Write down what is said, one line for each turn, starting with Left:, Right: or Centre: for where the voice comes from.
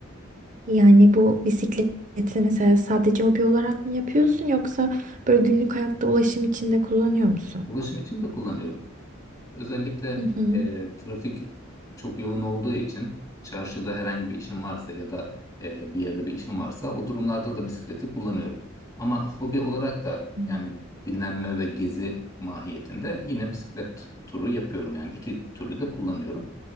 Right: Yani bu bisikleti mesela sadece hobi olarak mı yapıyorsun yoksa böyle günlük hayatta ulaşım için de kullanıyor musun?
Left: Ulaşım için de kullanıyorum. Özellikle
Right: Hı hı.
Left: e, trafik çok yoğun olduğu için çarşıda herhangi bir işim varsa ya da e, bir yerde bir işim varsa o durumlarda da bisikleti kullanıyorum. Ama hobi olarak da
Right: Hmm.
Left: yani dinlenme ve gezi mahiyetinde yine bisiklet turu yapıyorum. Yani iki türlü de kullanıyorum.